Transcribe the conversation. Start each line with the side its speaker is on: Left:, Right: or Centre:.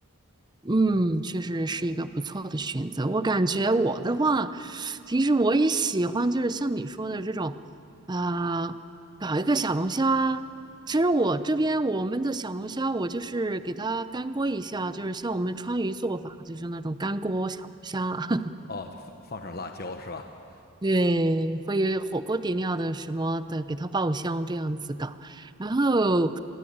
Right: 嗯，确实是一个不错的选择。我感觉我的话，其实我也喜欢，就是像你说的这种，啊、搞一个小龙虾啊。其实我这边我们的小龙虾，我就是给它干锅一下，就是像我们川渝做法，就是那种干锅小龙虾啊。<laughs>
Left: 哦，放放上辣椒是吧？
Right: 对，会有火锅底料的什么的，给它爆香这样子搞。然后，